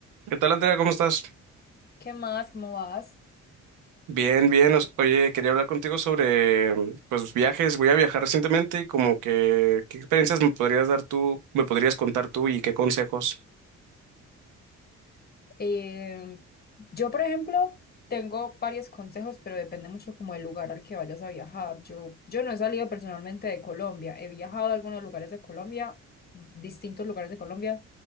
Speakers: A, on the right; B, on the left.
A: ¿Qué tal, Andrea? ¿Cómo estás?
B: ¿Qué más? ¿Cómo vas?
A: Bien, bien. Os- Oye, quería hablar contigo sobre, pues, viajes. Voy a viajar recientemente y como que, ¿qué experiencias me podrías dar tú, me podrías contar tú y qué consejos?
B: Eh, yo, por ejemplo, tengo varios consejos, pero depende mucho como del lugar al que vayas a viajar. Yo, yo no he salido personalmente de Colombia. He viajado a algunos lugares de Colombia, distintos lugares de Colombia,